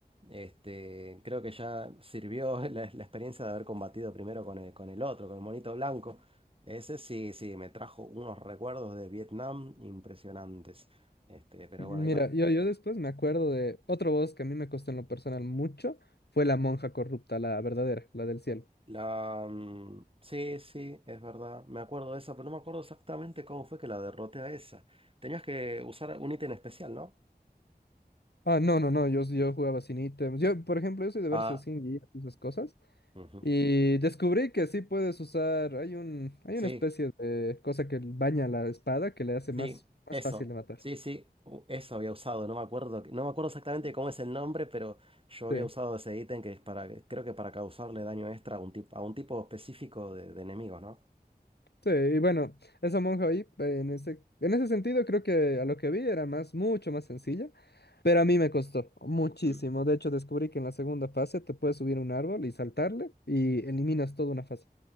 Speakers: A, on the right; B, on the left.
A: Este, creo que ya sirvió <laughs> la, la experiencia de haber combatido primero con el, con el otro, con el monito blanco. Ese sí, sí, me trajo unos recuerdos de Vietnam impresionantes. Este, pero
B: Mira,
A: bueno, igual.
B: yo, yo después me acuerdo de otro voz que a mí me costó en lo personal mucho. Fue la monja corrupta, la verdadera, la del cielo.
A: La, mm, sí, sí, es verdad. Me acuerdo de esa, pero no me acuerdo exactamente cómo fue que la derroté a esa. Tenías que usar un ítem especial, ¿no?
B: Ah, no, no, no, yo, yo jugaba sin ítems. Yo, por ejemplo, yo soy de
A: Ah.
B: verse sin guías y esas cosas.
A: Ujú.
B: Y descubrí que sí puedes usar, hay un, hay
A: Sí.
B: una especie de cosa que baña la espada que le hace más,
A: Sí,
B: más
A: eso.
B: fácil de matar.
A: Sí, sí, u- eso había usado. No me acuerdo, no me acuerdo exactamente cómo es el nombre, pero yo había
B: Sí,
A: usado ese ítem que es para, creo que para causarle daño extra a un tipo, a un tipo específico de, de enemigo, ¿no?
B: sí, y bueno, esa monja ahí, eh, en ese, en ese sentido, creo que a lo que vi era más, mucho más sencilla, pero a mí me costó muchísimo.
A: Mm.
B: De hecho, descubrí que en la segunda fase te puedes subir a un árbol y saltarle y eliminas toda una fase.